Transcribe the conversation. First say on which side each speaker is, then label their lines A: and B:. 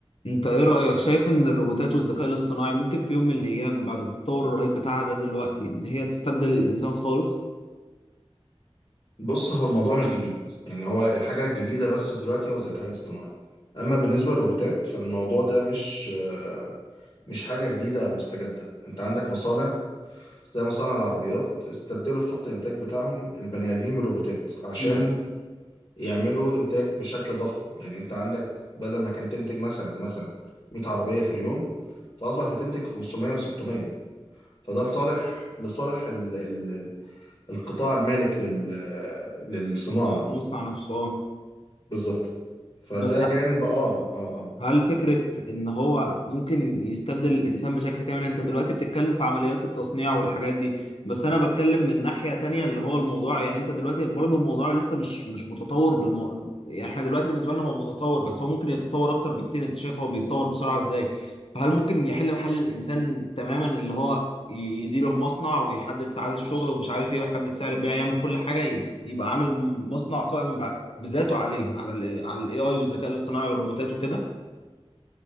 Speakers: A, on the left; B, on the left.
A: انت ايه رأيك شايف ان الروبوتات والذكاء الاصطناعي ممكن في يوم من الايام بعد التطور الرهيب بتاعها ده دلوقتي ان هي تستبدل الانسان خالص
B: بص هو الموضوع مش جديد يعني هو الحاجة الجديدة بس دلوقتي هو الذكاء الاصطناعي أما بالنسبة للروبوتات فالموضوع ده مش آه، مش حاجة جديدة أو مستجدة أنت عندك مصانع زي مصانع العربيات استبدلوا في خط الإنتاج بتاعهم البني آدمين بالروبوتات عشان
A: مم.
B: يعملوا إنتاج بشكل ضخم يعني أنت عندك بدل ما كان تنتج مثلا مثلا 100 عربية في اليوم فأصبح بتنتج 500 و600 فده لصالح لصالح ال- ال- القطاع المالك لل- للصناعة دي.
A: ويصنع نفسه اه
B: بالظبط فده
A: بس ه-
B: جانب اه اه اه
A: هل فكرة إن هو ممكن يستبدل الإنسان بشكل كامل؟ أنت دلوقتي بتتكلم في عمليات التصنيع والحاجات دي، بس أنا بتكلم من ناحية تانية اللي هو الموضوع يعني أنت دلوقتي برضه الموضوع لسه مش مش متطور بالمو... يعني إحنا دلوقتي بالنسبة لنا هو متطور بس هو ممكن يتطور أكتر بكتير، أنت شايف هو بيتطور بسرعة إزاي؟ فهل ممكن يحل محل الإنسان تماما اللي هو ي- يدير المصنع ويحدد ساعات الشغل ومش عارف إيه ويحدد سعر البيع يعمل كل حاجة ي- يبقى عامل مصنع قائم ب- بذاته عليه على ال على ال AI والذكاء الاصطناعي والروبوتات وكده؟